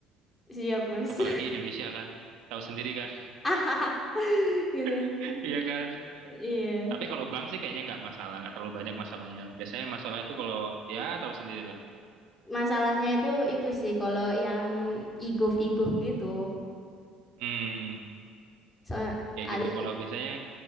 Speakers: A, on the left; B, on the right.
A: siap mas
B: Apalagi Indonesia kan, tahu sendiri kan.
A: <laughs> gitu
B: <laughs> Iya kan.
A: iya
B: Tapi kalau bank sih kayaknya nggak masalah, nggak terlalu banyak masalahnya. Biasanya masalah itu kalau ya tahu sendirilah.
A: Masalahnya itu itu sih kalau yang e-gov-e-gov gitu.
B: Hmm,
A: So,
B: kayak
A: ada
B: gitu.
A: ju-
B: Kalau biasanya